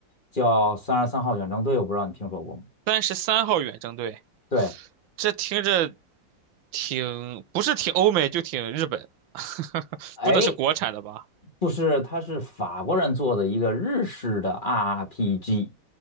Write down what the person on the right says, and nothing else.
三十三号远征队，
这听着。挺不是挺欧美就挺日本，<laughs>
不能是国产的吧？